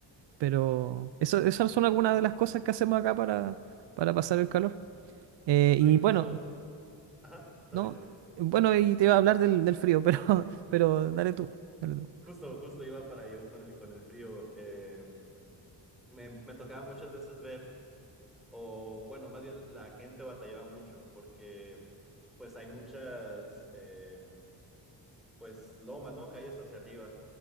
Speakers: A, on the right (about 75°); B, in the centre.
A: Pero eso, esas son algunas de las cosas que hacemos acá para, para pasar el calor. Eh,
B: No,
A: y
B: incluso...
A: bueno.
B: Ajá, no,
A: No,
B: dime, dime.
A: bueno, y te iba a hablar del, del frío, pero, <laughs> pero dale tú, dale tú.
B: Justo, justo iba para yo con el, con el frío. eh, me, me tocaba muchas veces ver, o bueno, más bien la gente batallaba mucho porque pues hay muchas... eh, pues loma, ¿no? Calles hacia arriba,